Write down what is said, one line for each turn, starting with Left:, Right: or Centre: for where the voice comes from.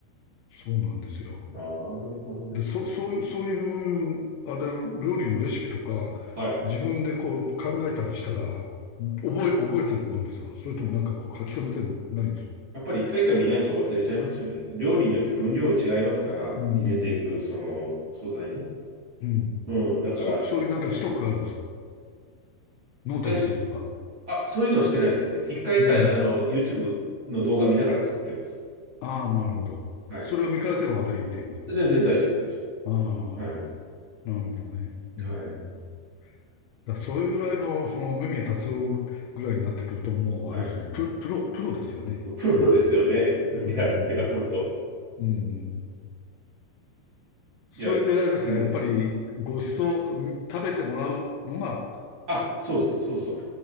Left: そうなんですよ。
Right: なるほどですね。
Left: で、そう、そういう、そういう、あれ、料理のレシピとか、
Right: はい。
Left: 自分でこう考えたりしたら、覚え、覚えてるもんですかそれともなんかこう書き留めてないんです
Right: やっぱり一回一回見ないと忘れちゃいますよね。料理によって分量違いますから、
Left: うん、
Right: 入れていく、
Left: うん、
Right: その、素材の。
Left: うん。うん
Right: うん、だから、
Left: そ、そういうなんかストックがあるんですかノートにしてるとか。
Right: え、あ、そういうのはしてないですね。一回一回、
Left: うん。
Right: あの、YouTube の動画見ながら作ってます。
Left: ああ、なるほど。
Right: はい。
Left: それを見返せばまたいいっていうことで。
Right: 全然大丈夫、大丈
Left: ああ、
Right: 夫。はい。
Left: なるほどね。
Right: はい。
Left: うん。だからそれぐらいの、その、目宮達夫ぐらいになってくると、もう、
Right: はい。
Left: あれですよね。プ、プロ、プロですよね。
Right: プロですよね。
Left: うん。
Right: <laughs>
Left: うん。
Right: いや、いや、本当。
Left: うん。それであれですか、
Right: いや、うん。
Left: やっぱりご馳走、ん食べてもらうのが、
Right: あ、そうそう、そうそう。